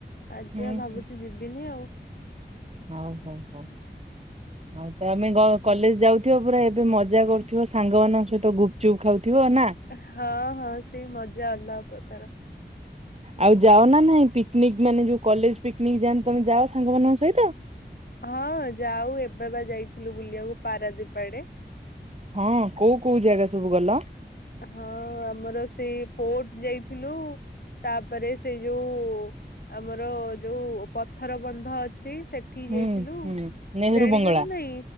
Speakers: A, on the left; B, on the right.
A: ଆଜି
B: ହୁଁ
A: ଆଉ ଭାବୁଛି
B: ହୁଁ
A: ଯିବିନି ଆଉ।
B: ହଉ ହଉ ହଉ। ଆଉ ତମେ କଲେଜ ଯାଉଥିବ ପୁରା ଏବେ ମଜା କରୁଥିବ ସାଙ୍ଗମାନଙ୍କ ସହିତ ଗୁପଚୁପ୍ ଖାଉଥିବ ନା?
A: ହଁ ହଁ ସେ ମଜା ଅଲଗା ପ୍ରକାର।
B: ଆଉ ଯାଅ ନା ନାଇଁ ପିକନିକ ମାନେ ଯୋଉ କଲେଜ ପିକନିକ ଯାଆନ୍ତି ତମେ ଯାଅ ସାଙ୍ଗମାନଙ୍କ ସହିତ?
A: ହଁ ଯାଉ ଏବେ ବା ଯାଇଥିଲୁ ବୁଲିବାକୁ ପାରାଦୀପ ଆଡେ।
B: ହଁ କୋଉ କୋଉ ଜାଗା ସବୁ ଗଲ?
A: ହଁ ଆମର ସେ ପୋର୍ଟ ଯାଇଥିଲୁ। ତାପରେ ସେଇ ଯୋଉ ଆମର ଯୋଉ ପଥର ବନ୍ଧ ଅଛି ସେ ଉଠି
B: ହୁଁ
A: ଯାଇଥିଲୁ
B: ହୁଁ ନେହେରୁ
A: ଜାଣିଛ
B: ବଙ୍ଗଳା
A: ନା ନାଇଁ?